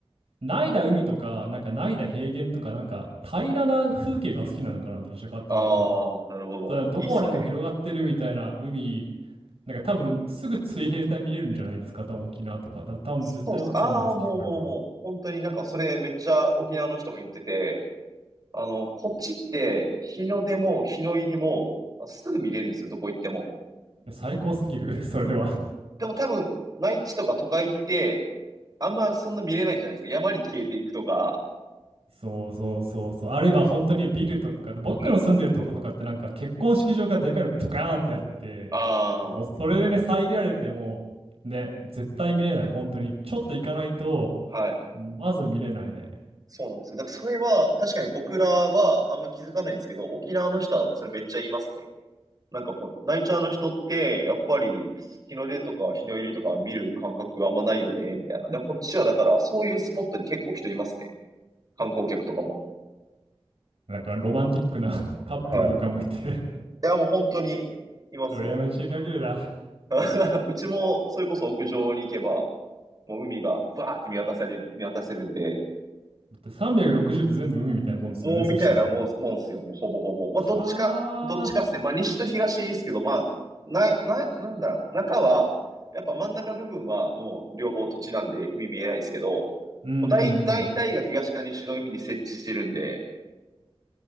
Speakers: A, on the right; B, on the right.
A: ないだ海とか、なんかないだ平原とか、なんか平らな風景が好きなのかな、どちらかっていうと。
B: ああ、なるほど。
A: だからどこまでも広がってるみたいな海、
B: いいっすね。
A: なんか多分すぐ水平線見れるんじゃないですか、多分沖縄とか。だ多分絶対僕そういうの好きかな。
B: そうっす。ああ、もうもうもう、本当になんかそれめっちゃ沖縄の人も言ってて、あの、こっちって日の出も日の入りもあすぐ見れるんですよ、どこ行っても。
A: 最高すぎる、<laughs> それは。
B: でも多分、内地とか都会ってあんまそんな見れないじゃないですか。山に消えていくとか。
A: そうそうそうそう。あるいは本当にビルとか、
B: う、
A: 僕の住んでるとことかってなんか結婚式場がでかいのドカーンってあって、
B: うん。あ
A: もうそれでね、遮られてもうね、絶対見れない、本当に。ちょっと行かないと、
B: あ、はい。
A: うんまず見れないね。
B: そうなんですよ。だからそれは、確かに僕らはあんま気づかないんですけど、沖縄の人はそれめっちゃ言いますね。なんかこう、ナイチャーの人って、やっぱり日の出とか日の入りとか見る感覚あんまないよね、みたいな。で、こっちはだからそういうスポットに結構人いますね。観光客とかも。
A: なんかロマンティックな <laughs> カップルとかもいて
B: はい。いや、もう本当にいますよ。
A: <laughs> 羨ましい限りだ。だ
B: <laughs> うちも、それこそ屋上に行けば、もう海がバーって見渡され、見渡せるんで、
A: って360って全部海みたいなもんですよね、
B: もうみたいなもん、
A: そしたら。
B: もんすよ、もうほぼほぼ。まあ、
A: はあ。
B: どっちか、どっちかですね。まあ、西と東ですけど、まあ、な、な、なんだろう、中は、やっぱ真ん中部分はもう両方土地なんで海見えないですけど、
A: うんうんう
B: もう大、大体が東か西の海に設置してるんで、
A: ん。